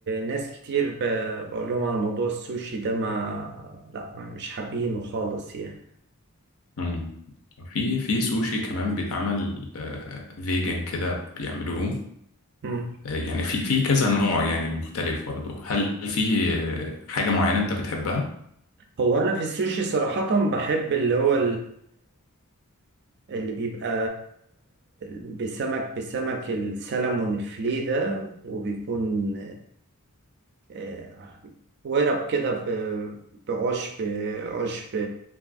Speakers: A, on the right (about 50°); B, on the left (about 65°).
A: ناس كتير ب... بقول لهم على موضوع السوشي ده ما لا ما مش حابينه خالص يعني
B: مم. في في سوشي كمان بيتعمل آه، فيجن كده بيعملوه
A: مم.
B: آه، يعني في في كذا نوع يعني مختلف برضه هل في آه، حاجة معينة انت بتحبها؟
A: هو انا في السوشي صراحه بحب اللي هو اللي بيبقى بسمك بسمك السلمون الفلي ده وبيكون آه، ورق كده ب- بعشب عشب